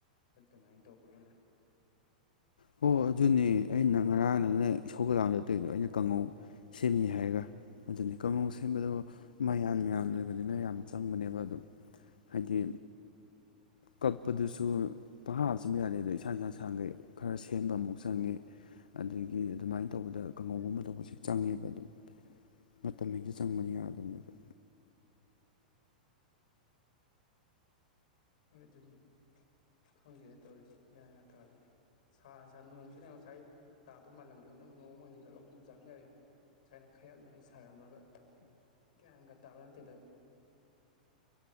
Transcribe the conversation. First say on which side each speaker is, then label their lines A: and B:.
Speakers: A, on the left (about 65°); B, on the left (about 80°).
A: ꯑꯗꯨꯃꯥꯏꯅ ꯇꯧꯕꯒꯤꯅꯦ
B: ꯍꯣ ꯑꯗꯨꯅꯦ ꯑꯩꯅ ꯉꯔꯥꯡ ꯅꯅ ꯏꯁꯧꯒ ꯂꯥꯡꯗꯅ ꯇꯧꯔꯤꯗꯣ ꯑꯩꯅ ꯀꯪꯉꯧ ꯁꯦꯝꯃꯤ ꯍꯥꯏꯔꯒ ꯑꯗꯨꯅꯤ ꯀꯥꯡꯉꯧ ꯁꯦꯝꯕꯗꯣ ꯃꯌꯥꯟ ꯃꯌꯥꯟ ꯑꯣꯏꯕꯅꯤꯅ ꯌꯥꯝ ꯆꯪꯕꯅꯦꯕ ꯑꯗꯨꯝ ꯍꯥꯏꯗꯤ ꯀꯛꯄꯗꯨꯁꯨ ꯄꯪꯍꯥꯞ ꯍꯥꯞꯆꯟꯕ ꯌꯥꯗꯦꯗ ꯏꯁꯥꯡ ꯏꯁꯥꯡ ꯁꯥꯡꯈꯩ ꯈꯔ ꯁꯦꯝꯕ ꯑꯃꯨꯛ ꯆꯪꯉꯤ ꯑꯗꯒꯤ ꯑꯗꯨꯃꯥꯏꯅ ꯇꯧꯕꯗ ꯀꯥꯡꯉꯧꯒꯨꯝꯕ ꯇꯧꯕꯁꯨ ꯆꯪꯉꯦꯕ ꯑꯗꯨꯝ ꯃꯇꯝ ꯍꯦꯛꯇ ꯆꯪꯕꯅꯦ ꯌꯥꯗꯕꯅꯦꯕ
A: ꯍꯣꯏ ꯑꯗꯨꯅꯤ ꯈꯪꯗꯦꯅꯦ ꯇꯧꯔꯤꯁꯤ ꯒꯌ꯭ꯥꯟꯒ ꯇꯥꯗ꯭ꯔꯦ ꯁꯥꯅ ꯁꯥꯏ ꯅꯣꯡꯁꯤꯅ ꯉꯁꯥꯏ ꯑꯩ ꯇꯥꯗꯧ ꯃꯥꯜꯂꯝꯗꯧꯅ ꯑꯃꯨꯛ ꯅꯣꯡ ꯃꯪꯁꯤꯜꯂꯒ ꯑꯣꯝꯆꯥꯛꯅꯔꯦ ꯉꯥꯁꯥꯏꯅ ꯈꯌꯥꯛꯅꯉꯩ ꯁꯥꯔꯝꯃꯒ ꯒꯌ꯭ꯥꯟ ꯒ ꯇꯥꯕ ꯅꯠꯇꯦ